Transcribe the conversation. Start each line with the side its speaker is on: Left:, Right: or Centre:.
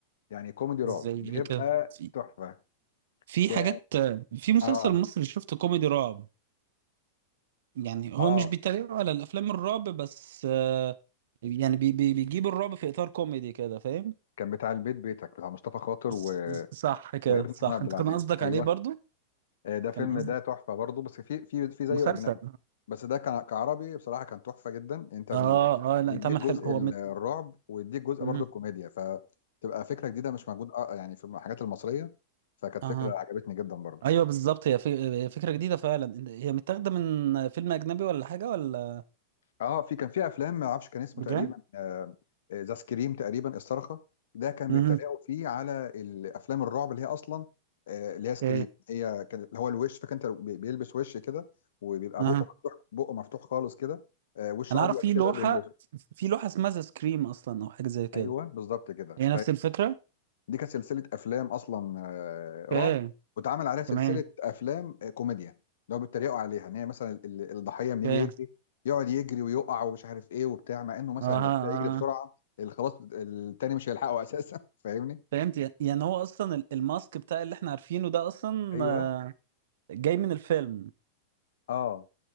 Left: يعني كوميدي رعب
Right: زي
Left: بيبقى
Right: ايه كده في
Left: تحفه
Right: في
Left: كان
Right: حاجات في مسلسل
Left: اه
Right: مصري شفته كوميدي رعب يعني هو
Left: اه
Right: مش بيتريق على الافلام الرعب بس آه، يعني بي بي بيجيب الرعب في اطار كوميدي كده فاهم
Left: كان بتاع البيت بيتك بتاع مصطفى خاطر
Right: ص-
Left: و...
Right: صح كده
Left: وابن
Right: صح
Left: محمود عبد
Right: انت
Left: العزيز
Right: كان قصدك
Left: ايوه
Right: عليه برضو
Left: آه، ده فيلم
Right: كان قصد
Left: ده تحفه برضه بس في في في زيه
Right: مسلسل
Left: اجنبي بس ده كان كعربي بصراحه كان تحفه جدا انت بي...
Right: اه اه لا
Left: بيديك
Right: اتعمل
Left: جزء
Right: حلو هو
Left: ال-
Right: مت...
Left: الرعب ويديك جزء
Right: مهم.
Left: برضه الكوميديا فتبقى فكره جديده مش موجود آه، يعني في الحاجات المصريه فكانت
Right: اها
Left: فكره عجبتني جدا برضه
Right: ايوه بالظبط هي في... هي فكره جديده فعلا هي متاخده من فيلم اجنبي ولا حاجه ولا
Left: اه في كان في افلام ما اعرفش كان اسمه
Right: بجد؟
Left: تقريبا آه، آه، ذا سكريم تقريبا الصرخه ده كان
Right: اها
Left: بيتريقوا فيه على الافلام الرعب اللي هي اصلا آه، اللي هي سكريم
Right: اوكي
Left: هي كان اللي هو الوش فاكر انت بي- بيلبس وش كده وبيبقى
Right: اها
Left: بقه مفتوح بقه مفتوح خالص كده آه، وش
Right: انا
Left: ابيض
Right: عارف في لوحة
Left: كده بيلبس
Right: في لوحة اسمها ذا سكريم اصلا او حاجة زي كده
Left: ايوه بالظبط كده
Right: هي نفس الفكرة
Left: دي كانت سلسله افلام اصلا آه، رعب
Right: اوكي
Left: واتعمل عليها سلسله
Right: تمام
Left: افلام آه، كوميديا لو بيتريقوا عليها ان هي مثلا ال- الضحيه لما يجي
Right: اوكي
Left: يجري يقعد يجري ويقع ومش عارف ايه وبتاع مع انه مثلا
Right: اه
Left: لو ابتدى يجري
Right: اه
Left: بسرعه ال- خلاص التاني مش هيلحقه اساسا <laughs> فاهمني
Right: فهمت يعني يعني هو اصلا ال- الماسك بتاع اللي احنا عارفينه ده اصلا
Left: ايوه
Right: آه، جاي من الفيلم
Left: اه